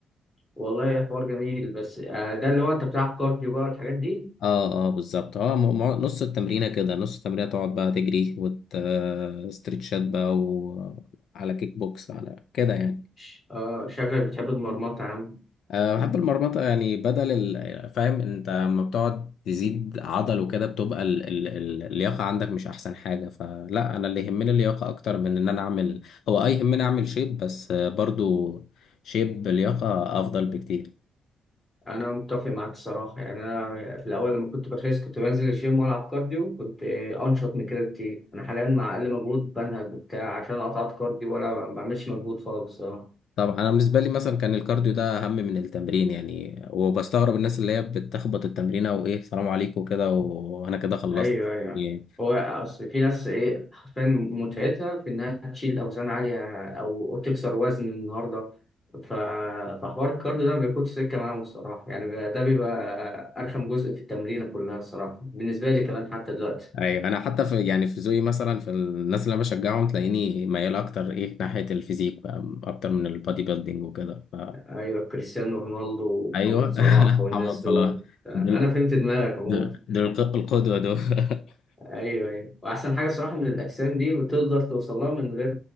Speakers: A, on the left; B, on the left.
A: والله حوار جميل بس آه، ده اللي هو انت بتلعب كارديو بقى والحاجات دي
B: اه اه بالظبط هو م- م- نص التمرينة كده نص التمرينة تقعد بقى تجري وتستريتشات بقى وعلى كيك بوكس على كده يعني
A: ش- اه شكلك بتحب المرمطه يا عم
B: أه بحب المرمطة يعني بدل ال- فاهم انت لما بتقعد تزيد عضل وكده بتبقى ال ال ال اللياقة عندك مش احسن حاجة فلا انا اللي يهمني اللياقة اكتر من ان انا اعمل هو اي يهمني اعمل شيب بس آه، برضو شيب بلياقة افضل بكتير
A: انا متفق معاك الصراحه يعني انا في الاول لما كنت بخس كنت بنزل الجيم والعب كارديو كنت آه، انشط من كده كتير انا حاليا مع اقل مجهود بنهج وبتاع عشان قطعت كارديو ولا ما بعملش مجهود خالص اه
B: طبعا انا بالنسبة لي مثلا كان الكارديو ده اهم من التمرين يعني وبستغرب الناس اللي هي بتخبط التمرين وايه سلام عليكم كده وانا كده خلصت
A: ايوه ايوه
B: يعني
A: هو اصل في ناس ايه حرفيا متعتها في انها تشيل اوزان عاليه او تكسر وزن النهارده ف... فحوار الكارديو ده ما بياخدش سكه معاهم الصراحه يعني بيبقى- ده بيبقى ارخم جزء في التمرينه كلها الصراحه بالنسبه لي كمان حتى دلوقتي
B: ايوه انا حتى في يعني في ذوقي مثلا في الناس اللي انا بشجعهم تلاقيني ميال اكتر ايه ناحيه الفيزيك بقى اكتر من البادي بيلدينج وكده ف
A: ايوه كريستيانو رونالدو
B: ايوه
A: ومحمد صلاح
B: <laughs>
A: والناس
B: محمد صلاح
A: دول انا
B: دول,
A: فهمت دماغك عموما
B: دول, دول الق- القدوه دول <laughs>
A: ايوه ايوه واحسن حاجه صراحه ان الاجسام دي بتقدر توصل لها من غير